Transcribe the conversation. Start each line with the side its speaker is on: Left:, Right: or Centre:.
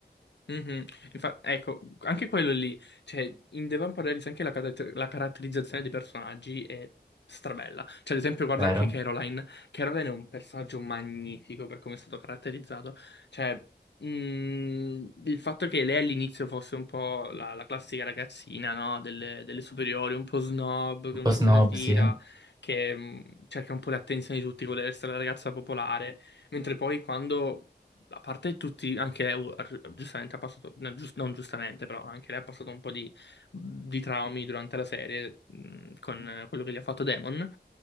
Left: Mhm. Infa- ecco, anche quello lì, cioè, in The Vampire Diaries anche la, caratter- la caratterizzazione dei personaggi è strabella. Cioè, ad esempio, guarda
Right: vero?
Left: anche Caroline. Caroline è un personaggio magnifico per come è stato caratterizzato. Cioè, mh, il fatto che lei all'inizio fosse un po' la, la classica ragazzina, no? Delle, delle superiori, un po' snob, che
Right: Un
Left: un
Right: po'
Left: po'
Right: snob,
Left: se la tira,
Right: sì.
Left: che mh, cerca un po' l'attenzione di tutti, vuole essere la ragazza popolare. Mentre poi quando a parte tutti, anche lei uh, giustamente ha passato, no, giust- non giustamente, però anche lei ha passato un po' di, di traumi durante la serie mh, con eh, quello che gli ha fatto Demon.